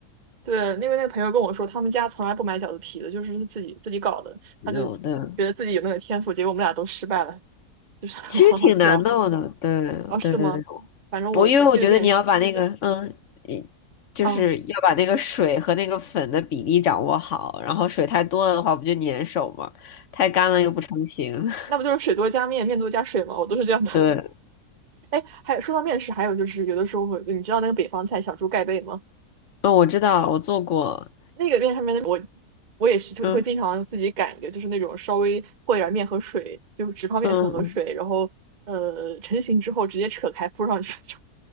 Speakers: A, on the right; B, on the left.
A: 对，因为那个朋友跟我说，他们家从来不买饺子皮的，就是自己自己搞的。
B: 有的，
A: 他就觉得自己有那个天赋，结果我们俩都失败了，就是 <laughs>
B: 其实挺难弄的。
A: 很好笑。
B: 对，
A: 哦，是吗？
B: 对对对，
A: 反正我对面食是这样。
B: 我因为我觉得你要把那个嗯，一就是要把那个水和那个粉的比例掌握好，
A: 啊，
B: 然后水太多了的话不就粘手吗？太干了又不成形。<laughs>
A: 那不就是水多加面，面多加水吗？我都是这样的。
B: 对，
A: <laughs> 哎，还说到面食，还有就是有的时候会，你知道那个北方菜小猪盖被吗？
B: 嗯，我知道，我做过。
A: 那个面上面我我也是就会经常自己擀一个，
B: 嗯
A: 就是那种稍微和一点面和水，就只放面粉和水，
B: 嗯嗯，
A: 然后呃成型之后直接扯开铺上去 <laughs> 就